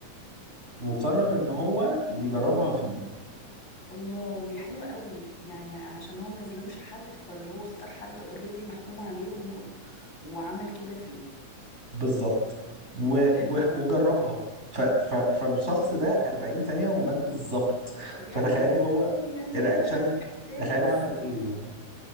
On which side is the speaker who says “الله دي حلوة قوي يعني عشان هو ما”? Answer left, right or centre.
Left